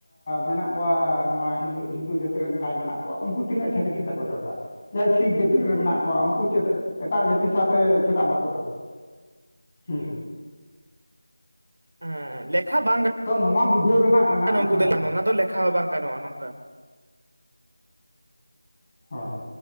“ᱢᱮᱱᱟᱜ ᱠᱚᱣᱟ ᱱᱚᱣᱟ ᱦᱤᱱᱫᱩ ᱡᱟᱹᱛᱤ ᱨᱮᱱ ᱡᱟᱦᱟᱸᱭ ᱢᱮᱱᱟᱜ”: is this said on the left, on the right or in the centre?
Left